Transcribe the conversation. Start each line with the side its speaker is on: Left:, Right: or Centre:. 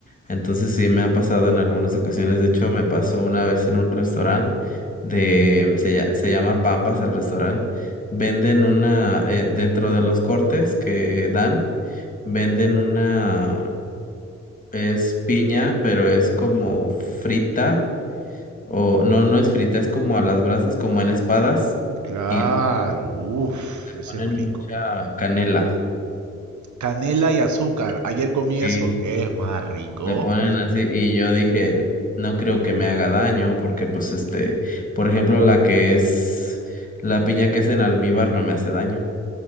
Left: Entonces sí me ha pasado en algunas ocasiones, de hecho me pasó una vez en un restaurante de, se, lla- se llama Pampas el restaurante, venden una, eh, dentro de los cortes que dan, venden una es piña, pero es como frita, o no, no es frita, es como a las brasas, como en espadas,
Right: Claro,
Left: y le
Right: uff, ese
Left: ponen
Right: es rico.
Left: mucha canela.
Right: Canela y azúcar. Ayer comí eso,
Left: Y
Right: que es más rico.
Left: le ponen así, y yo dije, no creo que me haga daño, porque pues este, por ejemplo, la que es, la piña que es en almíbar no me hace daño.